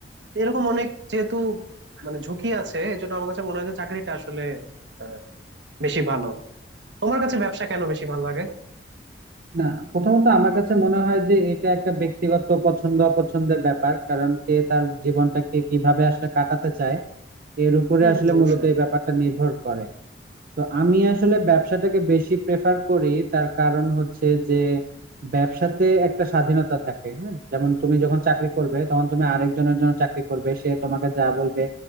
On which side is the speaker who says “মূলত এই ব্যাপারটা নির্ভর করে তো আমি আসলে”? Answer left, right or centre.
Right